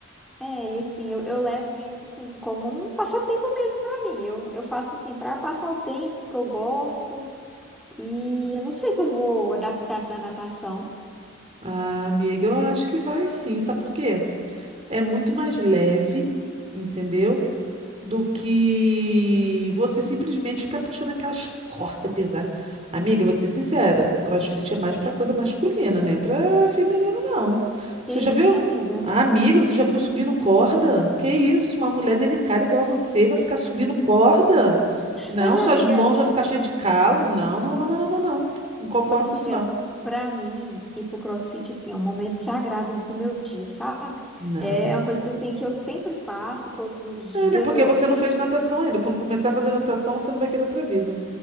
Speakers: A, in the centre; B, on the right.
A: É, e assim, eu, eu levo isso assim como um passatempo mesmo pra mim. Eu, eu faço assim pra passar o tempo que eu gosto. E eu não sei se eu vou adaptar na natação.
B: Ah, amiga, eu acho que vai sim. Sabe por quê? é muito mais leve, entendeu? Do que você simplesmente ficar puxando aquelas cordas pesadas. Amiga, vou te ser sincera, o CrossFit é mais pra coisa masculina, né? Pra feminino, não.
A: Que
B: Você já viu?
A: isso, amiga?
B: Ah, amiga, você já viu subindo corda? Que isso? Uma mulher delicada igual a você vai ficar subindo corda? Não,
A: Mas, amiga,
B: suas mãos vão ficar cheias de calo. Não, não, não, não, não, não. Não Não concordo
A: Mas, amiga,
B: com isso, não.
A: pra mim, ir pro CrossFit, assim, é um momento sagrado do meu dia, sabe?
B: Não.
A: É é uma coisa, assim, que eu sempre faço, todos os dias.
B: Nada, é né? porque
A: Eu,
B: você não fez natação ainda. Quando começar a fazer natação, você não vai querer outra vida.